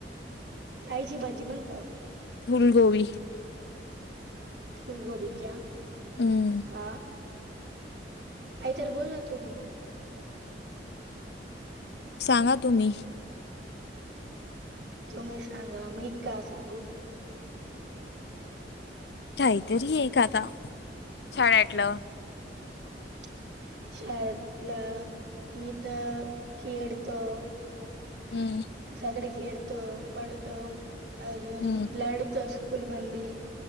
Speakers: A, on the right; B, on the left.
A: काहीची भाजी म्हणताव
B: फुलगोबी
A: फूलगोभी क्या
B: हम्म.
A: का काहीतर बोल ना तुम्ही
B: सांगा तुम्ही
A: तुम्ही सांगा मी का सांगू हम
B: काहीतरी हे का आता. छान वाटलं
A: <unintelligible> शाळेतलं मी त खळतो
B: हम
A: सगळे खेळतो, पडतो अजून
B: हम्म
A: लढतो. स्कूलमंदी